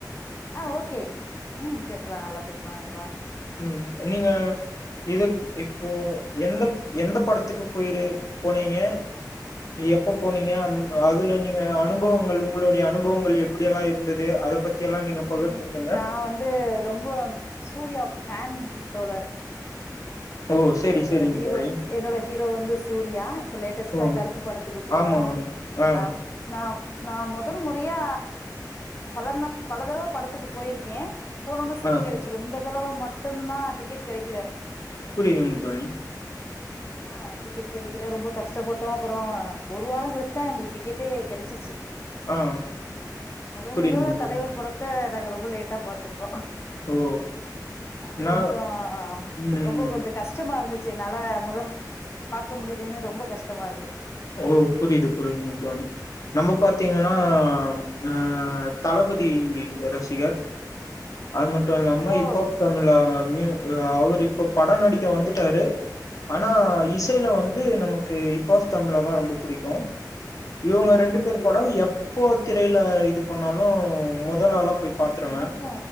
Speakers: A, on the left; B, on the left.
A: ஆ ஓகே ம் பேசு லா நல்லா பேஸ்லா நண்பா
B: ம் நீங்கா இதுக் இப்போ எந்த எந்தப் படத்துக்கு போயிரு போனீங்க எப்போ போனீங்கா அந் அதுல நீங்கா அனுபவுங்கள் உங்குளோடைய அனுபுவங்கள் எப்பிடியெல்லா இருந்தது அத பத்தி எல்லா நீங்க பகிர்ந்துக்கங்க
A: ம் நா வந்து ரொம்போ அம் சூர்யா ஃபேன் தோழர்
B: ஓ
A: ஏஹ்
B: செரி
A: என்னோட
B: செரிங்க
A: ஹீரோ
B: தோழி
A: என்னோட ஹீரோ வந்து சூர் சூர்யா இப்ப லேட்டஸ்ட்டா
B: ஓ
A: கருப்பு படத்துக்கு போனோ
B: ஆமாங்க ஆ
A: மேம் நா நா மொத முறயா பலன பல தடவ படத்துக்கு போயிருக்கே போனோன்ன சீட்டு
B: ஆ
A: கெடச்சிறு இந்த தடவ மட் மட்டும்தா டிக்கெட் கெடக்கல
B: புரியுதுங்க தோழி
A: ஆஹ் டிக்கெட் கெடக்கல ரொம்ப கஷ்டப்பட்டோ அப்பறோ ஒரு வார கழிச்சுதா எங்கள்க்கு டிக்கெட்டே கெடச்சிச்சு
B: ஆ
A: மொத
B: புரியுதுங்க
A: மொதலா
B: தோழி
A: தலைவர் படத்த நாங்க ரெம் ரொம்ப லேட்டா பாத்துருக்கோ
B: ஓ
A: அது
B: நா
A: கொஞ்சோ
B: ம்
A: ரொம்ப கொஞ்சோ கஷ்டமா இருந்துச் னால முதல் பாக்க முடியலன்னு ரொம்ப கஷ்டமா இருந்துச்சு
B: ஓ புரியுது புரியுதுங்க தோழி நம்ம பாத்தீங்கனா
A: ம்
B: அஹ் தளபதி ரசிகர் அது மட்டு நம்ம
A: ஓ
B: ஹிப்பாப் தமிழா ம் அவர் இப்ப பட நடிக்க வந்துட்டாரு ஆனா இசையில
A: ம்
B: வந்து நமக் <unintelligible> தமிழாதா ரொம்ப புடிக்கு இவங்க ரெண்டு
A: ஆமா
B: பேர்
A: கண்டிப்பா
B: பட எப்போ திரையில இது பண்ணாலு மொதலாளா போய் பாத்துருவே
A: எனக்கு